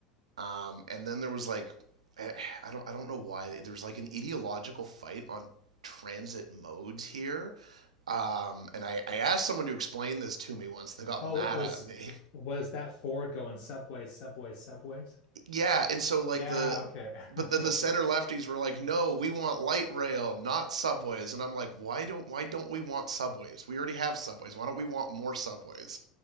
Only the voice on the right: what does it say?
Um, and then there was like eh, I don't I don't know why there was like an ideological fight on transit modes here um and i i asked someone to explain this to me once they got
mad
at me
<laughs> yeah and so like
the
but
then the center lefties were like no we want light rail not subways and i'm like why don't why don't we want subways we already have subways why don't we want more subways